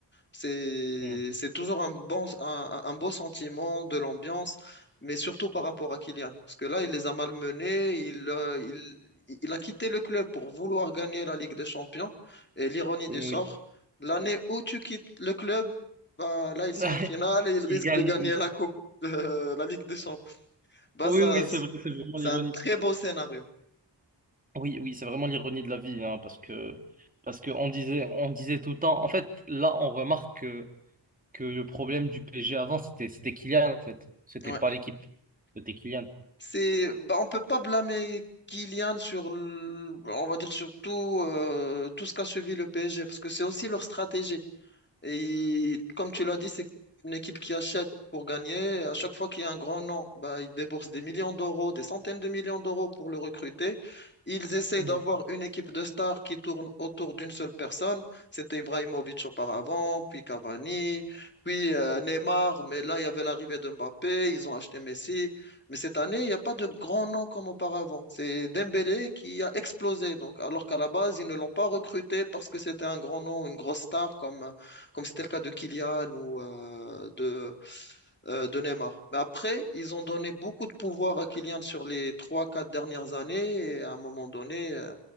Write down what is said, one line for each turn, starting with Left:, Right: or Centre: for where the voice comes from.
Left: C'est,
Right: Hmm.
Left: c'est toujours un bon, un, un beau sentiment de l'ambiance, mais surtout par rapport à Kylian. Parce que là, il les a malmenés, il, euh, il, il a quitté le club pour vouloir gagner la Ligue des Champions. Et l'ironie du
Right: Et
Left: sort,
Right: oui.
Left: l'année où tu quittes le club, bah, là, ils sont
Right: <laughs>
Left: en finale et ils risquent
Right: Il gagne.
Left: de gagner la coupe, euh, la Ligue des Champions. Bah,
Right: Oui,
Left: ça,
Right: oui, c'est vrai, c'est vraiment
Left: c'est
Right: l'ironie.
Left: un très beau scénario.
Right: Oui, oui, c'est vraiment l'ironie de la vie, hein, parce que parce que on disait, on disait tout le temps. En fait, là, on remarque que que le problème du PSG avant, c'était c'était Kylian, en fait. C'était
Left: Ouais.
Right: pas l'équipe, c'était Kylian.
Left: C'est, bah, on peut pas blâmer Kylian sur, le- on va dire surtout tout euh, tout ce qu'a subi le PSG, parce que c'est aussi leur stratégie. Et comme tu l'as dit, c'est une équipe qui achète pour gagner. À chaque fois qu'il y a un grand nom, bah, ils déboursent des millions d'euros, des centaines de millions d'euros pour le recruter. Ils essayent
Right: Hmm.
Left: d'avoir une équipe de stars qui tourne autour d'une seule personne. C'était Ibrahimovic auparavant, puis Cavani, puis euh, Neymar. Mais là, il y avait l'arrivée de Mbappé. Ils ont acheté Messi. Mais cette année, il n'y a pas de grand nom comme auparavant. C'est Dembélé qui a explosé. Donc, alors qu'à la base, ils ne l'ont pas recruté parce que c'était un grand nom, une grosse star comme comme c'était le cas de Kylian ou euh, de, euh, de Neymar. Mais après, ils ont donné beaucoup de pouvoir à Kylian sur les trois quatre dernières années et à un moment donné, euh,